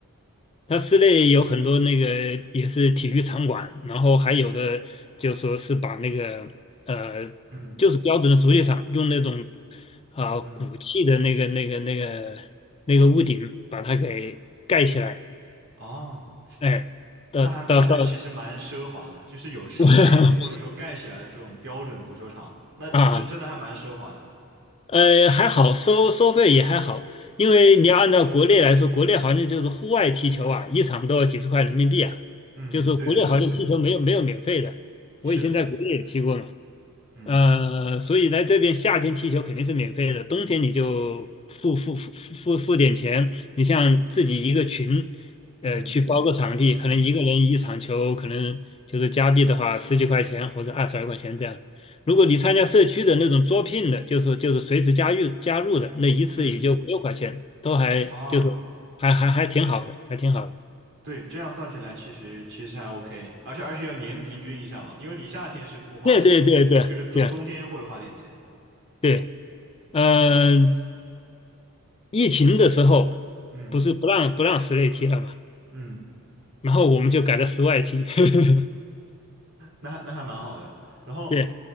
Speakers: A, on the left; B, on the right.
A: 它室内有很多那个也是体育场馆，然后还有的就说是把那个呃，
B: 嗯
A: 就是标准的足球场，用那种啊、
B: 嗯，
A: 鼓气的那个那个那个那个屋顶把它给盖起来，
B: 哦。
A: 哎，到到到
B: 那还那还其实蛮奢华的，就是有室内的或者说盖起来的这种标准足球场，
A: <laughs>
B: 那这真的还蛮奢华的。
A: 啊。呃，还好，收收费也还好，因为你要按照国内来说，国内好像就是户外踢球啊，一场都要几十块人民币啊，
B: 嗯，
A: 就是国内好像踢球没有没有免费的。
B: 对对对对，对，
A: 我以前在国内也踢过嘛。
B: 是的，嗯
A: 呃，所以来这边夏天踢球肯定是免费的，冬天你就付付付付付付点钱。你像自己一个群，
B: 嗯
A: 呃，去包个场地，
B: 嗯
A: 可能一个人一场球，可能就是加币的话十几块钱或者二十来块钱这样。如果你参加社区的那种招聘的，就是就是随时加入加入的，那一次也就五六块钱，
B: 嗯，
A: 都还就是
B: 哦，
A: 还还还挺好的，还挺好的。
B: 对，这样算起来其实其实还 OK，而且而且要年平均一下嘛，因为你夏天是不花钱的，
A: 对对对对对
B: 就是冬冬天会花点钱。
A: 对，嗯、疫情的时候
B: 嗯
A: 不是不让不让室内踢了嘛，
B: 嗯，
A: 然后我们就改到室外踢。<laughs>
B: 那还那还蛮好的。然后
A: 对